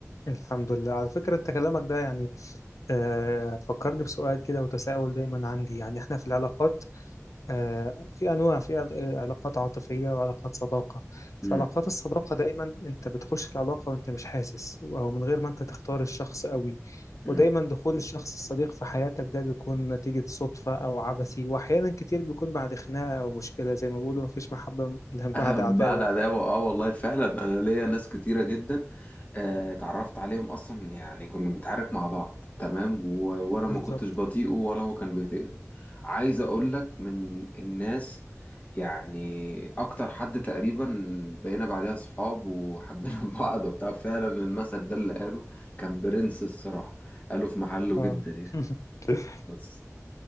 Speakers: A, on the left (about 75°); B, on the left (about 30°).
A: الحمد لله على فكرة انت كلامك ده يعني آه فكرني بسؤال كده وتساؤل دايما عندي يعني احنا في العلاقات آه، في أنواع في عل- آه، علاقات عاطفية وعلاقات صداقة في
B: مم.
A: علاقات الصداقة دايما أنت بتخش العلاقة وأنت مش حاسس أو من غير ما أنت تختار الشخص قوي
B: مم.
A: ودايما دخول الشخص الصديق في حياتك ده بيكون نتيجة صدفة أو عبثي وأحيانا كتير بيكون بعد خناقة أو مشكلة زي ما بيقولوا مفيش محبة إلا
B: <laughs>
A: <laughs> بعد عتاوة
B: بعد عداوة اه والله فعلا انا ليا ناس كتيرة جدا آه، اتعرفت عليهم اصلا يعني كنا بنتعارك مع بعض تمام و... وانا ما
A: بالظبط
B: كنتش بطيئه ولا هو كان بيطيقني عايز اقول لك من الناس يعني اكتر حد تقريبا بقينا بعدها صحاب وحبينا <laughs> بعض وبتاع فعلا المثل ده اللي قاله كان برنس الصراحة قاله في محله
A: آه
B: جدا يعني
A: <laughs>
B: بس